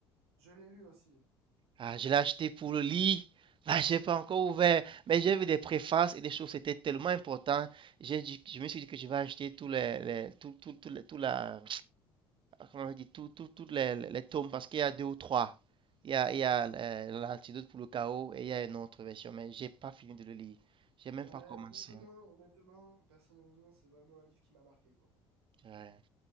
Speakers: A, on the right; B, on the right.
A: Je l'ai lu aussi.
B: Ah, je l'ai acheté pour le lit. Ah, j'ai pas encore ouvert, mais j'ai vu des préfaces et des choses, c'était tellement important. J'ai dit, je me suis dit que je vais acheter tous les, les tout, tout, tout, les- tout la, comment on dit, tout, tout, tous les, les- les tomes parce qu'il y a deux ou trois. Il y a, il y a euh, l'antidote pour le chaos et il y a une autre version, mais j'ai pas fini de le lire. J'ai même
A: Ouais,
B: pas commencé.
A: honnêtement, honnêtement, personnellement, c'est vraiment un livre qui m'a marqué, quoi.
B: Ouais,